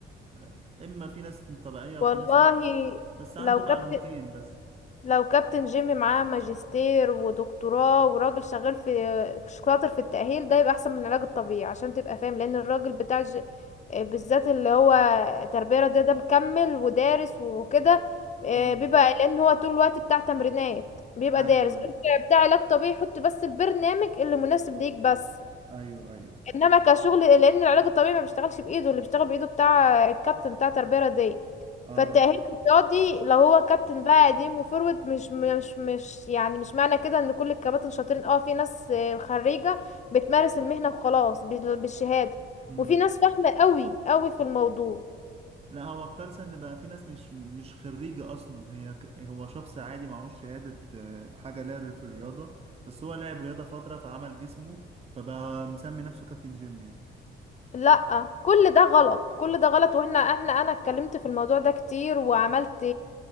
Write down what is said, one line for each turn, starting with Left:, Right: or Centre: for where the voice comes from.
Right: آه، اما في ناس طبيعيه وفي
Left: والله
Right: ناس لا بس عنده
Left: لو كابتن
Right: معلومتين بس
Left: لو كابتن جيمي معاه ماجستير ودكتوراه وراجل شغال في شاطر في التأهيل ده يبقى احسن من العلاج الطبيعي عشان تبقى فاهم لان الراجل بتاع ج... آه، بالذات اللي هو تربية رياضية ده مكمل ودارس وكده آه،
Right: امم
Left: بيبقى لان هو طول الوقت بتاع تمرينات بيبقى
Right: ايوه
Left: دارس بيبقى بتاع علاج طبيعي يحط بس البرنامج اللي مناسب ليك بس
Right: ايوه ايوه صح
Left: انما كشغل لان العلاج الطبيعي ما بيشتغلش بايده اللي بيشتغل بايده بتاع الكابتن بتاع التربيه الرياضيه
Right: اه
Left: فالتأهيل الرياضي لو هو كابتن بقى قديم وفورورد مش مش مش يعني مش معنى كده ان كل الكباتن شاطرين اه في ناس آه، خريجة بتمارس المهنة وخلاص بال- بالشهادة
Right: امم
Left: وفي ناس فاهمة قوي قوي في الموضوع
Right: لا هو الكارثه ان بقى في ناس مش مش خريجه اصلا هي ك- هو شخص عادي معهوش شهاده آه، حاجه لا في الرياضه بس هو لعب رياضه فتره فعمل جسمه فبقى مسمي نفسه كابتن جيم يعني
Left: لا كل ده غلط كل ده غلط واحنا احنا انا اتكلمت في الموضوع ده كتير وعملت